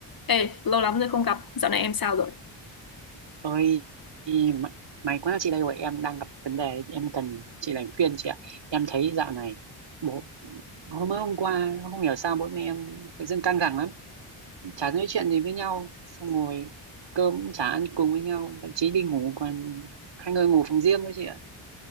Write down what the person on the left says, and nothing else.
Ê, lâu lắm rồi không gặp, dạo này em sao rồi?